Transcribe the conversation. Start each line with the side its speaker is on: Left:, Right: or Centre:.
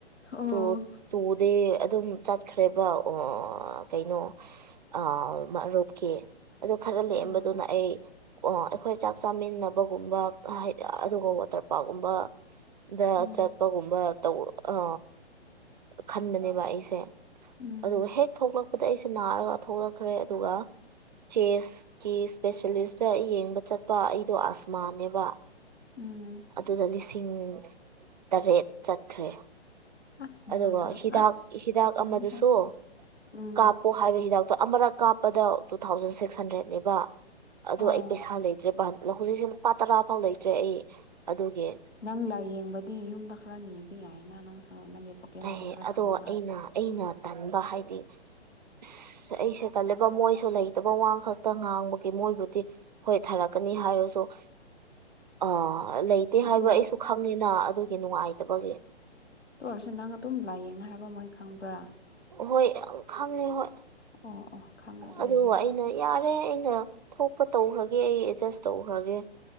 Left: ꯑꯣ ꯎꯝ
Right: ꯇꯨ ꯇꯨꯗꯤ ꯑꯗꯨꯝ ꯆꯠꯈ꯭ꯔꯦꯕ ꯑꯣ ꯀꯩꯅꯣ ꯑꯥ ꯃꯔꯨꯞꯀꯤ꯫ ꯑꯗꯣ ꯈꯔ ꯂꯦꯝꯕꯗꯨꯅ
Left: ꯎꯝ
Right: ꯑꯩ ꯑꯣ ꯑꯩꯈꯣꯏ ꯆꯥꯛ ꯆꯥꯃꯤꯟꯅꯕꯒꯨꯝꯕ ꯑꯗꯨꯒ ꯆꯠꯄꯔ ꯀꯨꯝꯕ꯫ ꯗ
Left: ꯎꯝ
Right: ꯆꯠꯄꯒꯨꯝꯕ ꯇꯧ ꯑ ꯈꯟꯕꯅꯦꯕ ꯑꯩꯁꯦ꯫
Left: ꯎꯝ
Right: ꯑꯗꯨꯒ ꯍꯦꯛ ꯊꯣꯛꯂꯛꯄꯗ ꯑꯩꯁꯦ ꯅꯥꯔꯒ ꯊꯣꯛꯂꯛꯈ꯭ꯔꯦ ꯑꯗꯨꯒ ꯆꯦꯁꯀꯤ ꯏꯁꯄꯦꯁꯦꯂꯤꯁꯇ ꯌꯦꯡꯕ ꯆꯠꯄ ꯑꯩꯗꯣ ꯑꯁꯃꯥꯅꯦꯕ꯫
Left: ꯎꯝ
Right: ꯑꯗꯨꯗ ꯂꯤꯁꯤꯡ ꯇꯔꯦꯠ ꯆꯠꯈ꯭ꯔꯦ꯫
Left: ꯑꯁ ꯃꯉꯥ
Right: ꯑꯗꯨꯒ
Left: ꯇꯔꯨꯛ
Right: ꯍꯤꯗꯥꯛ
Left: ꯑꯁ
Right: ꯍꯤꯗꯥꯛ
Left: ꯂꯣꯏꯔꯦꯍꯦ
Right: ꯑꯃꯗꯨꯁꯨ
Left: ꯎꯝ
Right: ꯀꯥꯞ ꯀꯞꯄꯣ ꯍꯥꯏꯕ ꯍꯤꯗꯥꯛꯇꯣ ꯑꯃꯔꯛ ꯀꯥꯞꯄꯗ ꯇꯨ ꯊꯥꯎꯖꯟ ꯁꯤꯛꯁ ꯍꯟꯗ꯭ꯔꯦꯗꯅꯦꯕ꯫ ꯑꯗꯨ
Left: ꯑꯣ
Right: ꯑꯩ ꯄꯩꯁꯥ ꯂꯩꯇ꯭ꯔꯦ ꯍꯧꯖꯤꯛꯁꯦ ꯂꯨꯄꯥ ꯇꯔꯥ ꯐꯥꯎ ꯂꯩꯇ꯭ꯔꯦ ꯑꯩ ꯑꯗꯨꯒꯤ꯫
Left: ꯅꯪ ꯂꯥꯏꯌꯦꯡꯕꯗꯤ ꯌꯨꯝꯗ ꯈꯔ ꯅꯤꯕ ꯌꯥꯏꯅ ꯅꯪꯁꯨ ꯅꯪꯒꯤ ꯄꯣꯀꯦꯠ ꯃꯅꯤ
Right: ꯑꯦ
Left: ꯈꯔ
Right: ꯑꯗꯣ
Left: ꯊꯝꯃꯒ
Right: ꯑꯩꯅ ꯑꯩꯅ ꯇꯟꯕ ꯍꯥꯏꯗꯤ ꯏꯁꯁ ꯑꯩ ꯁꯦ ꯇꯂꯦꯕ ꯃꯣꯏꯁꯨ ꯂꯩꯇꯕ ꯋꯥ ꯈꯛꯇ ꯉꯥꯡꯕꯒꯤ ꯃꯣꯏꯕꯨꯗꯤ ꯍꯣꯏ ꯊꯥꯔꯛꯀꯅꯤ ꯍꯥꯏꯔꯁꯨ ꯑ ꯂꯩꯇꯦ
Left: ꯑꯗꯨ
Right: ꯍꯥꯏꯕ ꯑꯩꯁꯨ ꯈꯪꯉꯤꯅ ꯑꯗꯨꯒꯤ ꯅꯨꯡꯉꯥꯏꯇꯕꯒꯤ
Left: ꯇ ꯑꯣꯏꯔꯁꯨ ꯅꯪ ꯑꯗꯨꯝ ꯂꯥꯏꯌꯦꯡꯉ ꯍꯥꯏꯕ ꯃꯣꯏ ꯈꯪꯕ꯭ꯔꯥ
Right: ꯍꯣꯏ ꯌꯥꯝ ꯈꯪꯉꯦ ꯍꯣꯏ
Left: ꯑꯣ ꯑꯣ ꯈꯪꯉꯗꯤ
Right: ꯑꯗꯨꯒ
Left: ꯌꯥꯔꯦ
Right: ꯑꯩꯅ ꯌꯥꯔꯦ ꯑꯩꯅ ꯊꯣꯛꯄ ꯇꯧꯈ꯭ꯔꯒꯦ ꯑꯩ ꯑꯦꯗꯖꯁ ꯇꯧꯈ꯭ꯔꯒꯦ